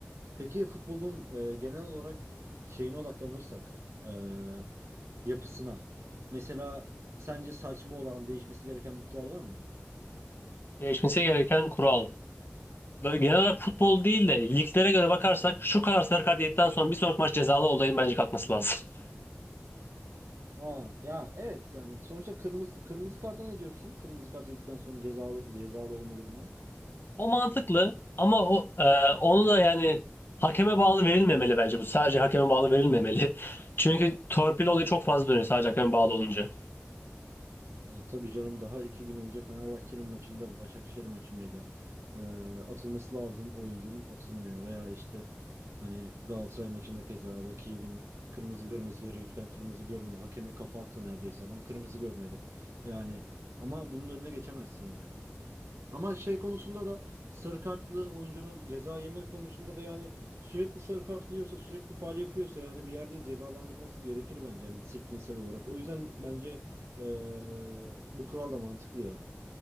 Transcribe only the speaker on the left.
Değişmesi gereken kural. Böyle Genel olarak futbol değil de liglere göre bakarsak şu kadar sarı kart yedikten sonra bir sonraki maç cezalı olayın bence kalkması lazım. <laughs>
O mantıklı ama o e, onu da yani hakeme bağlı verilmemeli bence bu. Sadece hakeme bağlı verilmemeli. <laughs> Çünkü torpil olayı çok fazla dönüyor sadece hakeme bağlı olunca.